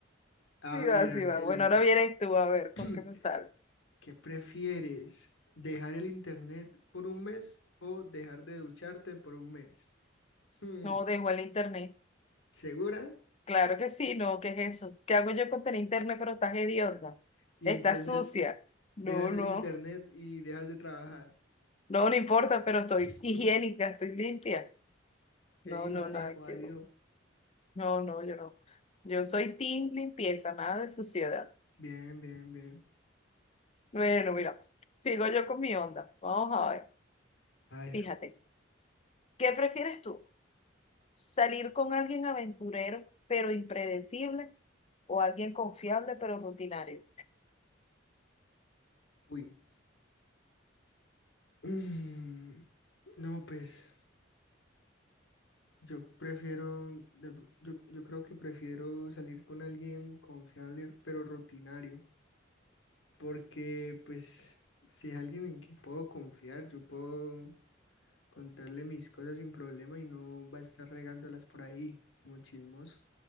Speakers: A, on the left (about 85°); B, on the left (about 35°).
A: A
B: Sí
A: ver,
B: va,
A: Angélica,
B: sí va. Bueno, ahora vienes tú a ver
A: <clears throat>
B: con qué me sale.
A: ¿qué prefieres? ¿Dejar el internet por un mes o dejar de ducharte por un mes? Hmm,
B: No, dejo el internet.
A: ¿segura?
B: Claro que sí, no, ¿qué es eso? ¿Qué hago yo con tener internet pero estás hedionda?
A: Y
B: Estás
A: entonces
B: sucia. No,
A: Dejas
B: no.
A: el internet y dejas de trabajar.
B: No, no importa, pero estoy
A: <laughs>
B: higiénica, estoy limpia.
A: Que
B: No,
A: ahí,
B: no,
A: válido,
B: nada
A: válido.
B: que... ver. No, no, yo no. Yo soy team limpieza, nada de suciedad.
A: Bien, bien, bien.
B: Bueno, mira, sigo yo con mi onda. Vamos a ver.
A: A ver,
B: Fíjate, ¿qué prefieres tú? ¿Salir con alguien aventurero pero impredecible o alguien confiable pero rutinario?
A: uy. Mm, No, pues yo prefiero, de pr- yo, yo creo que prefiero salir con alguien confiable, pero rutinario, porque pues si es alguien en que puedo confiar, yo puedo contarle mis cosas sin problema y no va a estar regándolas por ahí, muy chismoso.